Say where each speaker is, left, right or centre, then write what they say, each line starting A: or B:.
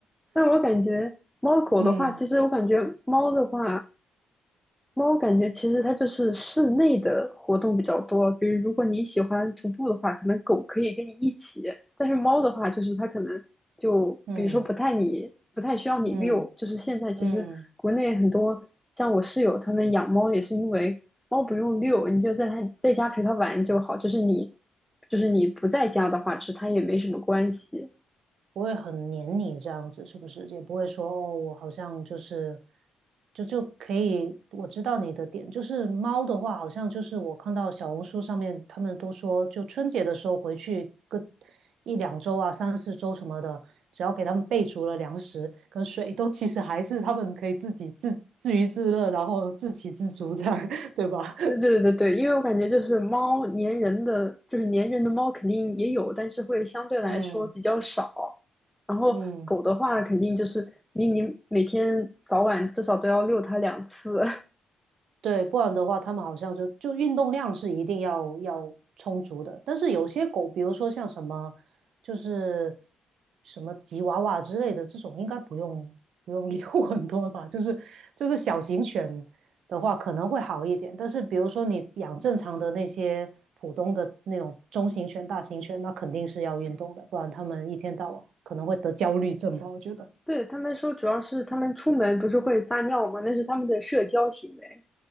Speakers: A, in the centre; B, on the right (about 75°).
A: 但我感觉猫狗的话，
B: 嗯
A: 其实我感觉猫的话，猫感觉其实它就是室内的活动比较多。比如，如果你喜欢徒步的话，可能狗可以跟你一起；但是猫的话，就是它可能就比如说不太你不太需要你遛。
B: 嗯嗯
A: 就是现在其实国内很多像我室友他们养猫也是因为猫不用遛，
B: 嗯。
A: 你就在它在家陪它玩就好。就是你就是你不在家的话，其实它也没什么关系。
B: 不会很黏你这样子，是不是？也不会说哦，我好像就是就就可以，我知道你的点。就是猫的话，好像就是我看到小红书上面他们都说，就春节的时候回去个一两周啊、三四周什么的，只要给他们备足了粮食跟水，都其实还是他们可以自己自自娱自乐，然后自给自足这样，<laughs> 对吧？
A: 对对对对，因为我感觉就是猫粘人的，就是粘人的猫肯定也有，但是会相对来说比较少。
B: <laughs> 嗯
A: 然后狗的话，
B: 嗯。
A: 肯定就是你你每天早晚至少都要遛它两次。
B: 对，不然的话，它们好像就就运动量是一定要要充足的。但是有些狗，比如说像什么，就是什么吉娃娃之类的这种，应该不用不用遛 <laughs> 很多吧。就是就是小型犬的话，可能会好一点。但是比如说你养正常的那些普通的那种中型犬、大型犬，那肯定是要运动的，不然它们一天到晚可能会得焦虑症吧，我觉得。
A: <laughs> 对，他们说主要是他们出门不是会撒尿吗？那是他们的社交行为，